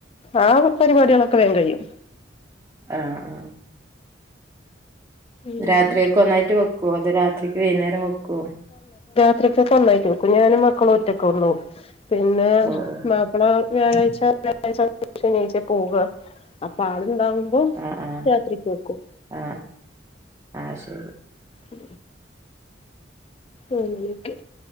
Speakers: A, on the left; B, on the right.
A: ആ പരിപാടികളൊക്കെ വേഗം കഴിയും
B: ആ ആ
A: ഉം
B: രാത്രിക്ക് ഒന്നായിട്ട് വെക്കുവോ അതോ രാത്രിക്ക് വൈകുന്നേരം വെക്കുവോ
A: രാത്രികക്ക് ഒന്നായിട്ടവെക്കും ഞാനും മക്കളും ഒറ്റൊക്കെ ഉള്ളൂ പിന്നെ
B: ഓ ഓ
A: മാപ്പള വ്യാഴാഴ്ച്ച വ്യാാഴ ശനിയാഴച്ച പോക അപ്പ ആൾ ഉണ്ടാകുമ്പോ
B: ആ ആ
A: രാത്രിക്ക് വെക്കും
B: ആ ആ ശരി
A: ഉ ഉം അങ്ങനെക്കെ